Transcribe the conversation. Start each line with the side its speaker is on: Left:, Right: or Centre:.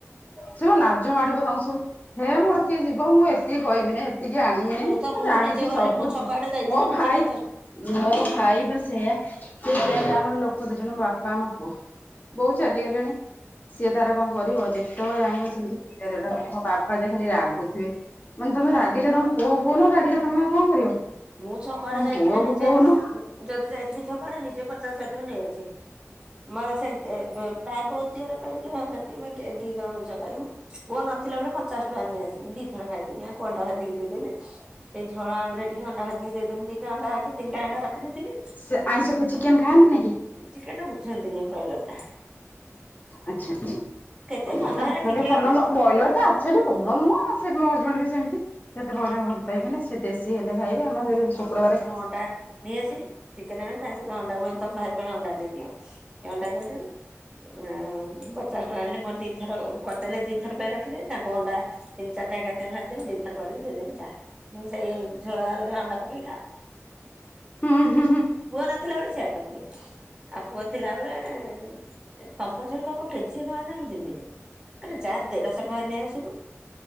Left: ସ ମ ଲାଜ ମାଡିବ ତାଙ୍କୁ ସବୁ ହେ ମୋର କିଏ ଯିବ ମୁଁ ଏତିକି କହିବିନି। ଟିକେ ଆଣିବିିନି
Right: ତ
Left: ମୁଁ ଜାଣିଛି
Right: ନିଜେ ଗଲେ
Left: ସବୁ
Right: ମୁଁ ଛକ
Left: ଛୁଆ
Right: ଆଡେ ଯାଇଥିଲି
Left: ମୋ ଭାଇ।
Right: ନିଜେ ପଚାଶ
Left: ମୋ ଭାଇ ବା ସେଇଆା ସେ ସେ ଆମର ଲୋକ ଦି ଜଣେ ବାପା ଆମ ପୁଅ। ବହୁତ ଚାଲିଗଲେଣି। ସିଏ ତାର କଣ କରିବ ଯେତେବେଳେ ଆଣିବ ସେମିତି କିଲେ ଦେଢ଼ କିଲେ ମୋ ବାପା ଯେ ଖାଲି ରାଗୁଥିବେ। ମାନେ ତମେ ରାଗିଲେ ତମ ପୁଅ କୁ କହୁନ ରାଗିଲେ ତମେ କଣ କରିବ?
Right: ମୁଁ ଛକ ଆଡ଼େ
Left: ତମ
Right: ଯାଇଥିନେ
Left: ପୁଅକୁ
Right: ନିଜେ
Left: କହୁନ।
Right: ଯଦି ଯାଇଥିମି ଛକ ଆଡେ ନିଜେ ପଚାଶ ଶହେ ଟଙ୍କା ନେଇ ଆସେ। <unintelligible> ମାନେ ସେତିକି ବି ଦି ଜଣ ମଣିଷ ଖାଇବୁ। ପୁଅ ନଥିଲା ବେଳେ ପଚାଶ ଟଙ୍କାରେ ନେଇଆସିବି ଦି ଥର ଖାଇଦେମି ଆଙ୍କୁ ଅଣ୍ଡା ଭାଜିକି ଦେଇଦେମି। ସେ ଝଳ ଆଳୁରେ ଟିକେ ଅଣ୍ଡା ଭାଜିକି ଦେଇଦେମି ଦିଟା ଅଣ୍ଡାକି ତିନିଟା ଅଣ୍ଡା ରଖିଦେଇଥିବି
Left: ସେ ଆଇଁଷ ଖ ଚିକେନ ଖାଆନ୍ତିନି କି
Right: ଚିକେନ୍ ଟା ବୁଝନ୍ତିନି ବ୍ରଏଲର ଟା।
Left: ଆଛା
Right: କେତେ ମନ
Left: ଆଛା ବ୍ରଏଲର ଟା
Right: ହେଲେ
Left: ଆକ୍ଚୁଲି
Right: ଟିକେ
Left: ଭଲ
Right: ଅଧେ
Left: ନୁହଁ ବ୍ରଏଲରଟା ଆକ୍ଚୁଲି ଭଲ ନୁହଁ ସେ ମୋ ହଜବେଣ୍ଡ ବି ସେମିତି ସେ ଏତେ ବ୍ରଏଲର୍ ଭଲ ପାଇବେନି ସିଏ ଦେଶୀ ହେଲେ ଖାଇବେ ଆମର ଶୁକ୍ରବାରେ
Right: <unintelligible> ନେଇଆସେ ଚିକେନ୍ ଆଣିବୁ ତା ସହିତ ଅଣ୍ଡା ତମ ଭାଇ ପାଇଁ ଅଣ୍ଡା ଦେଇଦିଅ ସିଏ ଅଣ୍ଡା ଦେଇଦେବେ। ଆଇ ପଚାଶ ଟଙ୍କା ହେଲେ ମୋର ଦିଥର କରିଦେଲେ ଦିଥର ପାଇଁ ରଖିଦେବି ତାଙ୍କୁ ଅଣ୍ଡା ତିନ ଚାରିଟା ଏକାଥରେ ଭାଜିଦେମି ଦି ଥର କରିକି ଦେଇଦେମି ଯାଆ। ମୁଁ ସେଇ ଝୋଳ ଆଳୁରେ ଅଣ୍ଡା ପକେଇକି ଖା।
Left: ହୁଁ ହୁଁ ହୁଁ।
Right: ପୁଅ ନଥିଲାବେଳେ ସେୟା କରିଦିଏ ଆଉ ପୁଅ ଥିଲାବେଳେ ଏଁ କମ୍ପଲସରି କହିବ କେଜିଏ ନ ଆଣିନେ ମୁ ଜୀମିନି। ଆରେ ଯା ଦେଢଶହ ଟଙ୍କାରେ ନେଇ ଆସିବୁ